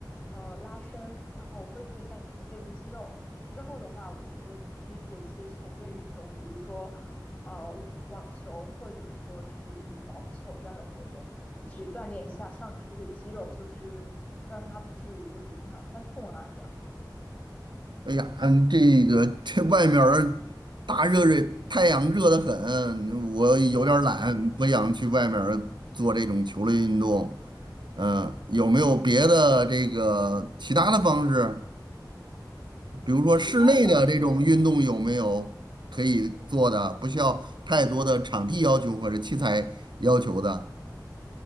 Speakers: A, on the left; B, on the right.
A: 呃拉伸，然后恢复一下你的背部肌肉，之后的话，我觉得你可以做一些球类运动，比如说呃网球或者说是羽毛球这样的活动。就是锻炼一下上肢的肌肉，就是让它不至于就是经常酸痛啊这样。
B: 哎呀，嗯，这个这外面儿大热热，太阳热得很，我有点儿懒，
A: 嗯，
B: 不想去外面儿做这种球类运动。嗯、有没有别的这个其他的方式？比如说室内的这种运动有没有可以做的，
A: 其他的方式
B: 不需要太多的场地要求或者器材要求的？